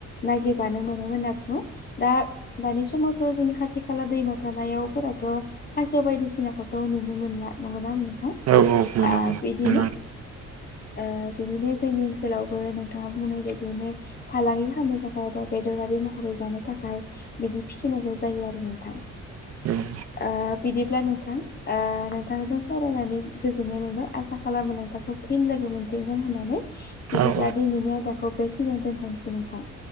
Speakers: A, on the left; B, on the right.
A: नागिरबानो मोनोमोन होनना बुङो दा दानि समावथ' जोंनि खाथि खाला दैमा था यावफोराथ' खासेव बायदिसिनाखौथ' नुनो मोनला नंगौना नङा
B: औ औ मोनो
A: आ
B: मोनो
A: बिदिनो ओ बिदिनो जोंनि ओनसोलावबो नोंथाङा बुंनाय बायदियैनो फालांगि खालामानो थाखाय बा बेदरारि महरै जानो थाखाय बिदि फिसिनांगौ जायो आरो नोंथां। <unintelligible>
B: मोनो
A: ओ बिदिब्ला नोंथां ओ नोंथांजों सावरायनानै गोजोननाय मोनबाय आसा खालामो नोंथांखौ फिन लोगो मोनफिनगोन होननानै बिदिब्ला
B: औ औ
A: दिनैनि आयदाखौ बेखिनियावनो दोनथ'सै नोंथां?